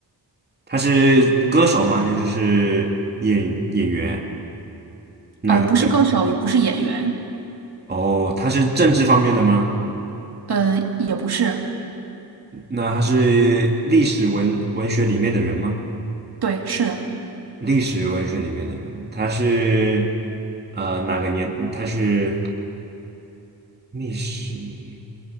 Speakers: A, on the right (about 25°); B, on the right (about 65°).
A: 他是歌手吗？还是是演演员？哪个？
B: 呃，不是歌手，也不是演员，
A: 哦，他是政治方面的吗？
B: 呃，也不是。
A: 那他是历史文文学里面的人吗？
B: 对，是的，
A: 历史文学里面的人，他是呃哪个年？他是历史，